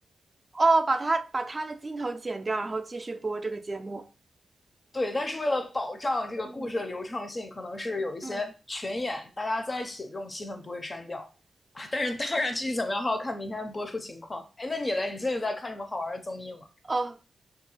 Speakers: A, on the right; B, on the left.
A: 哦，把他把他的镜头剪掉，然后继续播这个节目。
B: 对，但是为了保障这个故事的流畅性，
A: 嗯，
B: 可能是有一些群演，
A: 嗯，
B: 大家在一起这种戏份不会删掉啊。但是当然，具体怎么样还要看明天播出情况。哎，那你嘞？你最近在看什么好玩的综艺吗？
A: 哦。